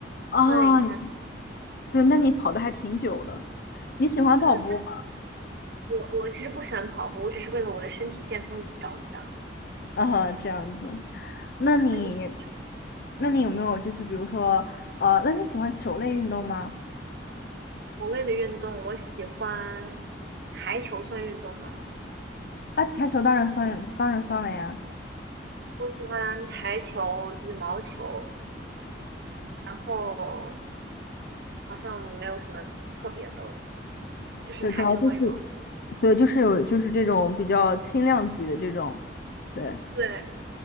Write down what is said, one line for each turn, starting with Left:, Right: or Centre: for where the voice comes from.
Left: 啊，
Right: 锻炼一下自己。
Left: 你对，
Right: 对，
Left: 那你跑的还挺久的。你喜欢跑步吗？
Right: 嗯，那我我其实不喜欢跑步，我只是为了我的身体健康着想。
Left: <laughs> 啊，这样子。那你，
Right: 那你喜欢
Left: 那你有没有就是比如说，呃，那你喜欢球类运动吗？
Right: 某类的运动？我喜欢台球，算运动吗？
Left: 啊，台球当然算，当然算了呀。
Right: 我喜欢台球、羽毛球，然后。好像没有什么特别的了，就是台球和羽毛球。
Left: 对，主要就是对，就是有就是这种比较轻量级的这种，对。
Right: 对，